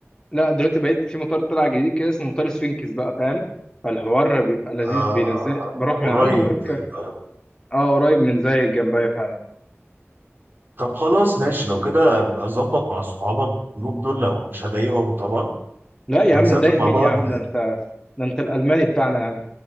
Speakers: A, on the left; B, on the right.
A: لا دلوقتي بقيت في مطار طلع جديد كده اسمه مطار سفينكس بقى فاهم فالحوار بيبقى لذيذ
B: آه
A: بينزل بروح
B: قريب
A: من عنده وبركب
B: آه،
A: اه قريب من زي جنبيا فعلا
B: طب خلاص ماشي لو كده ابقى ظبط مع صحابك الجروب دول لو مش هضايقهم طبعا
A: لا يا
B: ونسافر
A: عم تضايق
B: مع
A: مين
B: بعض
A: يا عم ده انت ده انت الالماني بتاعنا يا عم